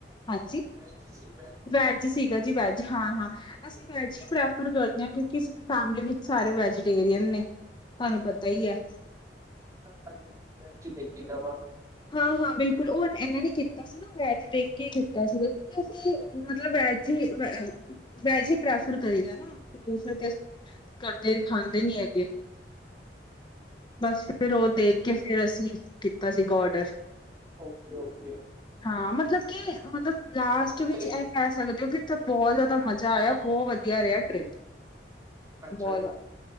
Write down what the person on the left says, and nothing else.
ਹਾਂਜੀ?
ਵੈਜ ਸੀਗਾ ਜੀ ਵੈਜ, ਹਾਂ ਹਾਂ ਅਸੀਂ ਵੈਜ ਹੀ ਪ੍ਰੈਫਰ ਕਰਦੇ ਹਾਂ। ਕਿਉਂਕਿ ਫੈਮਿਲੀ ਵਿੱਚ ਸਾਰੇ ਵੈਜੀਟੇਰੀਅਨ ਨੇ, ਤੁਹਾਨੂੰ ਪਤਾ ਹੀ ਹੈ।
ਹਾਂ ਹਾਂ ਬਿਲਕੁਲ, ਉਹ ਇਹਨਾਂ ਨੇ ਕੀਤਾ ਸੀ ਨਾ, ਵੈਜ ਦੇਖ ਕੇ ਕੀਤਾ ਸੀਗਾ ਸੀ ਮਤਲਬ, ਵੈਜ ਹੀ ਵੈਜ ਹੀ ਪ੍ਰੈਫਰ ਕਰੀ ਦਾ ਨਾ, ਦੂਸਰੇ ਕਰਦੇ, ਖਾਂਦੇ ਨੀ ਹੈਗੇ, ਬਸ ਫ ਫਿਰ ਉਹ ਦੇਖ ਕੇ, ਫਿਰ ਅਸੀਂ ਕੀਤਾ ਸੀਗਾ ਔਡਰ।
ਹਾਂ ਮਤਲਬ ਕਿ, ਮਤਲਬ ਲਾਸਟ
ਵਿੱਚ
ਇਹ ਕਹਿ ਸਕਦੇ ਹੋ ਕਿ ਬਹੁਤ ਜ਼ਿਆਦਾ ਮਜ਼ਾ ਆਇਆ, ਬਹੁਤ ਵਧੀਆ ਰਿਹਾ ਟ੍ਰਿਪ।
ਬਹੁਤ
ਜ਼ਿਆਦਾ